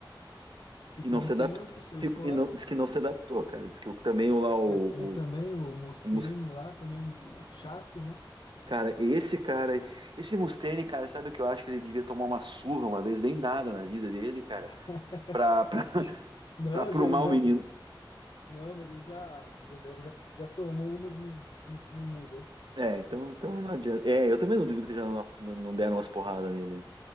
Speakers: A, on the left (about 65°); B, on the right (about 70°).
A: ficou
B: e não se
A: um
B: adaptou.
A: tempo, saiu fora.
B: E não, diz que não se adaptou, cara. Diz que o- também o lá, o,
A: É, mas
B: o,
A: também o Mustaine
B: o Mus-
A: lá, também é um chato, né?
B: Cara, esse cara, esse Mustaine, cara, sabe o que eu acho que ele devia tomar uma surra uma vez bem dada na vida dele, cara,
A: <laughs>
B: pra, pra,
A: Acho
B: <laughs>
A: que não,
B: pra aprumar
A: já, ele já
B: o menino.
A: não, mas ele já já já, já tomou umas e não, não, não mudou.
B: É, então, então não adianta. É, eu também não duvido que já não, não deram umas porradas nele. né?